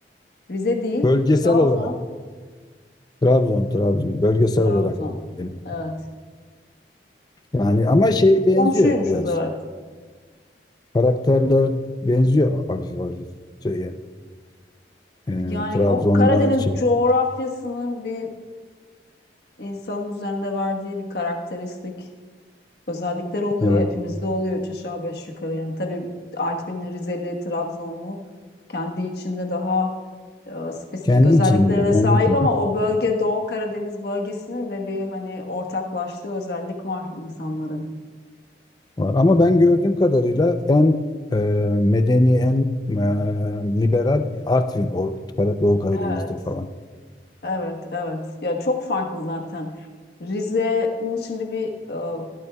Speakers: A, on the left; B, on the left.
A: Rize değil
B: Bölgesel
A: Trabzon,
B: olarak Trabzon Trabzon bölgesel
A: Trabzon.
B: olarak dedim.
A: Evet.
B: Yani ama şey benziyor
A: Komşuymuşuz
B: biraz.
A: evet.
B: Karakterler benziyor hafif hafif şeye. Ee,
A: Yani
B: Trabzon'la
A: o Karadeniz
B: şey,
A: coğrafyasının bir insanın üzerinde verdiği bir karakteristik özellikler oluyor.
B: evet.
A: Hepimizde oluyor üç aşağı beş yukarı. Yani tabii bir Artvinli, Rizeli, Trabzonlu kendi içinde daha e, spesifik
B: Kendi
A: özelliklere
B: içinde,
A: de
B: kendi
A: sahip
B: içinde
A: ama o bölge Doğu Karadeniz bölgesinin de bir hani ortaklaştığı özellik var insanların.
B: var. Ama ben gördüğüm kadarıyla en e, medeni, en e, liberal Artvin, o Kara- Doğu Karadeniz'de
A: Evet,
B: falan.
A: evet, evet. Ya çok farklı zaten. Rize'nin şimdi bir e,